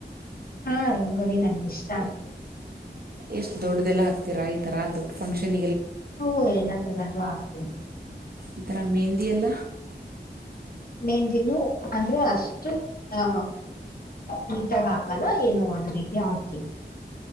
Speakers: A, on the left (about 55°); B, on the right (about 55°).
A: ಹಾ ರಂಗೋಲಿ ನಂಗೆ ಇಷ್ಟ ಆಕ್ಕ.
B: ಎಷ್ಟು ದೊಡ್ಡದೆಲ್ಲ ಈ ತರ ದೊಡ್ ಫಂಕ್ಷನ್
A: ಒ ಎಲ್ಲಾ ತರದ್ದು ಆಗ್ತೀನಿ.
B: ಈ ತರ ಮೆಹಂದಿಯೆಲ್ಲ.
A: ಮೇಂದಿನು ಅಂದ್ರೆ ಅಷ್ಟು ಆ ನೀಟಾಗ ಹಾಕಲ್ಲ ಏನೋ ಒಂದ್ ರೀತಿ ಹಾಕ್ತೀನಿ.